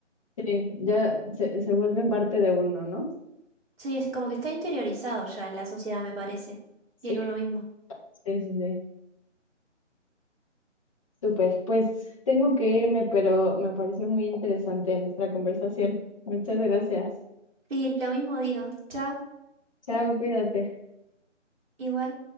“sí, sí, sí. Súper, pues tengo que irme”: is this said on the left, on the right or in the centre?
Left